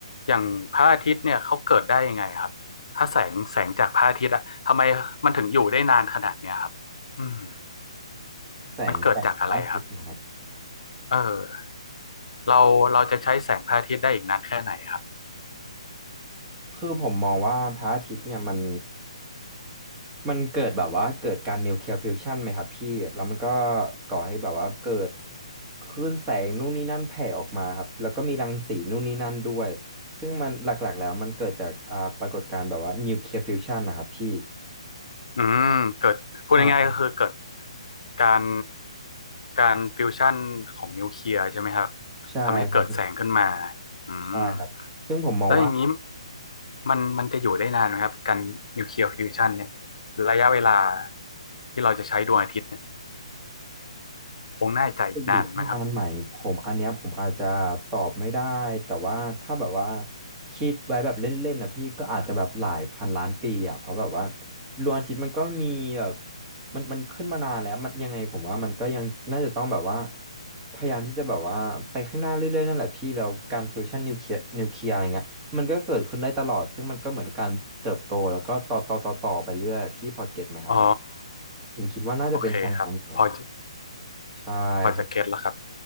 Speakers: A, on the left; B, on the right.
A: อย่างพระอาทิตย์เนี่ยเขาเกิดได้ยังไงครับถ้าแสงแสงจากพระอาทิตย์อะทำไมมันถึงอยู่ได้นานขนาดเนี้ยครับอืม
B: แสงจากพระอาทิตย์เหรอครับ
A: มันเกิดจากอะไรครับเออเราเราจะใช้แสงพระอาทิตย์ได้อีกนานแค่ไหนครับ
B: คือผมมองว่าพระอาทิตย์เนี่ยมันมันเกิดแบบว่าเกิดการนิวเคลียร์ฟิวชันไหมครับพี่แล้วมันก็ก่อให้แบบว่าเกิดคลื่นแสงนู่นนี่นั่นแผ่ออกมาครับแล้วก็มีรังสีนู่นนี่นั่นด้วยซึ่งมันหลักๆแล้วมันเกิดจากอ่าปรากฏการณ์แบบว่านิวเคลียร์ฟิวชันนะครับพี่
A: อืมเกิดพูดง่ายๆก็คือเกิด
B: ใช่
A: การการฟิวชั่นของนิวเคลียร์ใช่ไหมครับ
B: ใช่ครับผม
A: ทำให้เกิดแสงขึ้นมาอืม
B: ใช่ครับซึ่งผมมองว่า
A: แล้วอย่างนี้มันมันจะอยู่ได้นานไหมครับการนิวเคลียร์ฟิวชันเนี่ยระยะเวลาที่เราจะใช้ดวงอาทิตย์เนี่ยคงน่าจะอีกนานไหมครับ
B: จะอยู่ที่งานใหม่ผมอันเนี้ยผมอาจจะตอบไม่ได้แต่ว่าถ้าแบบว่าคิดไว้แบบเล่นๆนะพี่ก็อาจจะแบบหลายพันล้านปีอ่ะเพราะแบบว่าดวงอาทิตย์มันก็มีแบบมันมันขึ้นมานานแล้วมันยังไงผมว่ามันก็ยังน่าจะต้องแบบว่าพยายามที่จะแบบว่าไปข้างหน้าเรื่อยๆนั่นแหละพี่แล้วการฟิวชั่นนิวเคลียร์นิวเคลียร์อะไรเงี้ยมันก็เกิดขึ้นได้ตลอดซึ่งมันก็เหมือนการเติบโตแล้วก็ต่อต่อต่อต่อไปเรื่อยอะพี่พอเก็ตไหมครับผม
A: อ๋อ
B: ผมคิดว่าน่าจะเป็นทางนั้นก่อน
A: โอเคครับพอจะ
B: ใช่ครับ
A: พอจะเก็ตแล้วครับ